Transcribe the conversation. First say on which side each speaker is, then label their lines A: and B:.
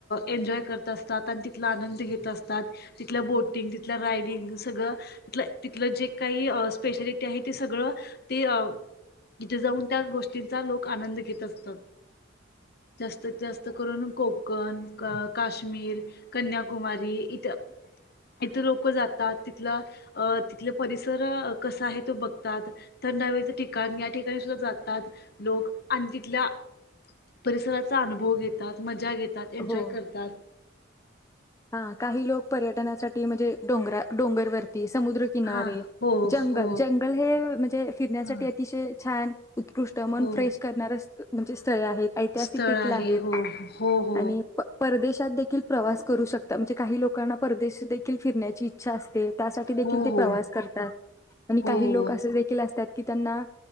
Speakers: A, on the left; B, on the left.
A: एन्जॉय करत असतात. आणि तिथला आनंद घेत असतात तिथल्या बोटिंग तिथल्या रायडिंग सगळं तिथलं तिथल जे काही स्पेशालिटी आहे. ते सगळं ते तिथे जाऊन त्या गोष्टींचा लोक आनंद घेत अस जास्तीत जास्त करुन कोकण काश कन्याकुमारी इथ, इथ लोक जातात तिथल अ तिथल परिसर कसा आहे तो बघतात. थंड हवेच ठिकाण, या ठिकाणी सुद्धा जातात. लोक आणि तिथल्या परिसराचा अनुभव घेतात मजा घेतात. तात एन्जॉय
B: हो
A: करतात.
B: हा काही लोक पर्यटनासाठी म्हणजे, डोंगरा डोंगरवर ते समुद्रकिनारे
A: हा हो
B: जंगल,
A: हो
B: जंगल हे म्हणजे फिरण्यासाठी
A: हा
B: अतिशय, छान. उत्कृष्ट मन
A: हो
B: फ्रेश करणार अस म्हणजे स्ळे आहेत ऐतिहासिक
A: स्थळ
B: देखील
A: आहे
B: आहेत
A: हो हो हो
B: आणि परदेशात देखील प्रवास करू शक म्हणजे, काही लोकांना परदेश देखील फिरण्याची इच्छा असते. त्यासाठी देखील
A: हो
B: ते
A: हो
B: प्रवास करतात, आणि
A: हो
B: काही लोक
A: हो
B: असे देखील असतात. कि त्यांना,